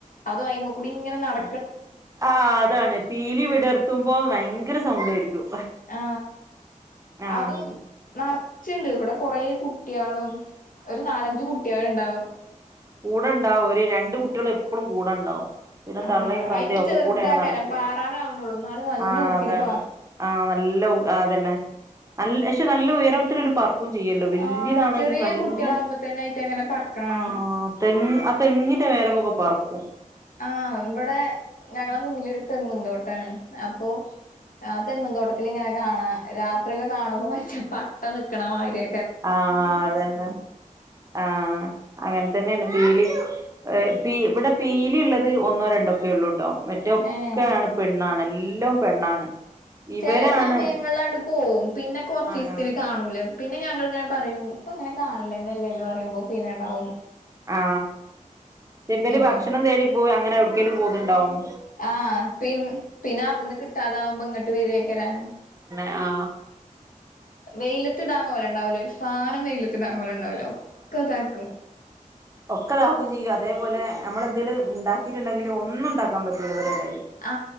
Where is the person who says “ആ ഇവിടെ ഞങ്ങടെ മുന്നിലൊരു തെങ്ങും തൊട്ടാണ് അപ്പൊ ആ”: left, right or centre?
Left